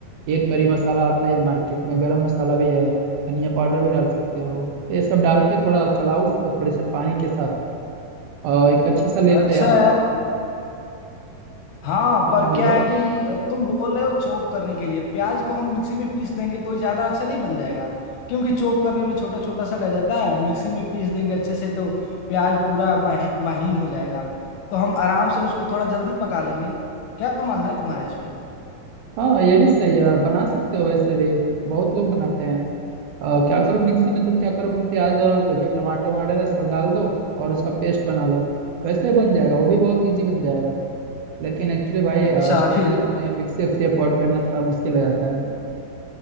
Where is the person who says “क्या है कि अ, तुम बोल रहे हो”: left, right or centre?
Left